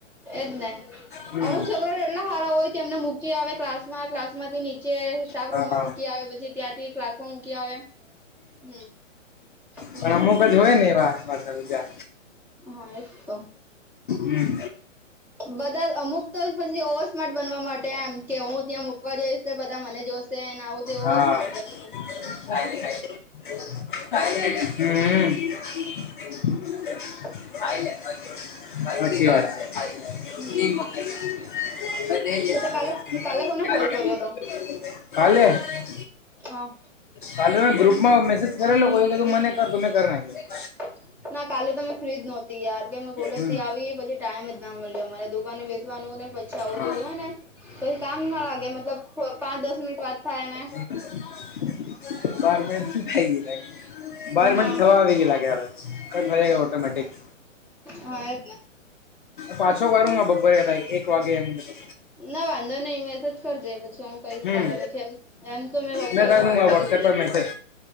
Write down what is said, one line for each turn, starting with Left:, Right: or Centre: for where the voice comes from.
Centre: એજ ને
Left: હમ
Centre: અમુક છોકરો એટલા સારા હોય કે, એમને મૂકી આવે, ક્લાસમાં ક્લાસ માંથી નીચે સ્ટાફ
Left: હા
Centre: રૂમમાં મૂકી આવે, પછી ત્યાંથી ક્લાસ માં મૂકી આવે, હમ. હમ
Left: પણ અમુક ને, એવા મા બીજા
Centre: હા, એક તો.
Left: હમ
Centre: બધા અમુક તો પછી ઓવર સ્માર્ટ બનવા માટે, એમ કે હું ત્યાંક વા જઈશ ને, બધા મને જોશેને આવું
Left: હા
Centre: ઓવર સ્માર્ટ બનાવવું.
Left: હમ. <unintelligible>
Centre: તો
Left: સાચી વાત
Centre: હમ
Left: છે.
Centre: તો
Left: કાલે
Centre: તે કોને કોલ કર્યો
Left: <unintelligible>
Centre: હતો હા
Left: કાલે મે ગ્રુપમાં મેસેજ કરેલો કે, તું મને તમે નાખી.
Centre: હ. ના કાલે તમે ફ્રીજ નહોતી, યાર કે અમે કોલેજ
Left: હમ
Centre: થી આવી, પછી ટાઈમ જ ના મળ્યો, અમારે દુકને બે નુંને પચાવું
Left: હા
Centre: તેવું હોય ને, પછી કામ ના લાગે, મતલબ પાંચ-દસ મિનિટ વાત થાય ને.
Left: બારમે થાઈ ગ લાગ. <unintelligible> બાર
Centre: હા
Left: મિનિટ થવા આવી ગયા લાગે, હવે ગ ઓટોમેટિક
Centre: હા એજ ને
Left: પાછો કરુંંગા બપર તાઈ એક વાગેે તો <unintelligible>
Centre: ના વાંધો નહી, મેસેજ કરજે, પછી હું કઈશ
Left: હમ
Centre: તારે પછી એમ એમ. તો બપોરે
Left: મેં કર
Centre: તો
Left: દુંગા
Centre: ઊંઘતી
Left: વોટ્સએપ
Centre: હોય
Left: પર મેસેજ